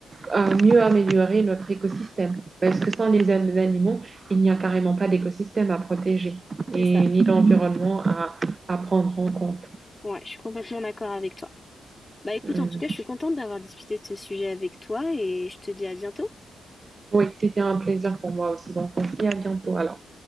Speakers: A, on the right; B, on the left.
A: à mieux améliorer notre écosystème. Parce que sans les an- animaux, il n'y a carrément pas d'écosystème à protéger
B: C'est
A: et
B: ça.
A: ni d'environnement à, à prendre en compte.
B: Ouais, je suis complètement d'accord avec toi. Bah écoute,
A: Hum.
B: en tout cas, je suis contente d'avoir discuté de ce sujet avec toi et je te dis à bientôt.
A: Oui, c'était un plaisir pour moi aussi. Donc on se dit à bientôt alors.